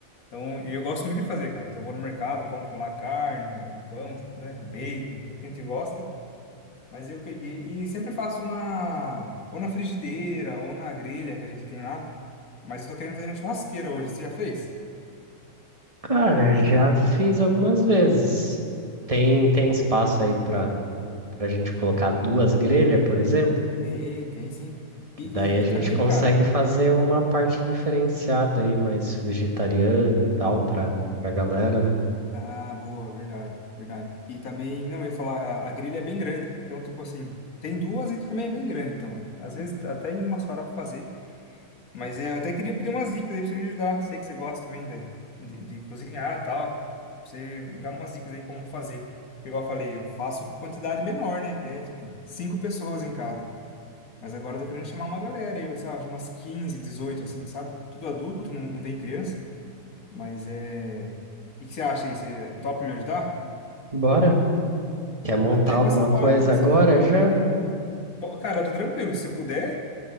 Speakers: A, on the left; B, on the right.
A: Então, e eu gosto muito de fazer, cara. Então, eu vou no mercado, compro lá a carne, o pão, né, bacon, tudo que a gente gosta. Mas eu peguei e sempre faço na ou na frigideira ou na grelha que a gente tem lá. Mas eu tô querendo fazer na churrasqueira hoje. Você já fez?
B: Cara, já fiz algumas vezes. Tem, tem espaço aí pra, pra gente colocar duas grelhas, por exemplo?
A: Tem, tem sim.
B: Que
A: E,
B: daí a
A: e, e
B: gente
A: também,
B: consegue
A: cara.
B: fazer
A: é-
B: uma parte diferenciada aí, mais vegetariana e tal, pra, pra galera, né?
A: Ah, boa, verdade, verdade. E também, não, eu ia falar, a a grelha é bem grande. Então, tipo assim, tem duas e também é bem grande. Então, às vezes até em uma só hora pra fazer. Mas é, eu até queria pedir umas dicas aí pra você me ajudar. Sei que você gosta também de, de, de cozinhar e tal. Pra Você me dá umas dicas aí como fazer. Igual eu falei, eu faço quantidade menor, né? Que é tipo cinco pessoas em casa. Mas agora eu tô querendo chamar uma galera aí, sei lá, umas 15 18 assim, sabe? Tudo adulto, não, não tem criança. Mas é. O que, que você acha aí? Você topa me ajudar?
B: Bora? Quer montar
A: Até
B: alguma
A: com essa parte
B: coisa
A: aí que
B: agora
A: você falou.
B: já?
A: Bom, cara, eu tô tranquilo. Se você puder,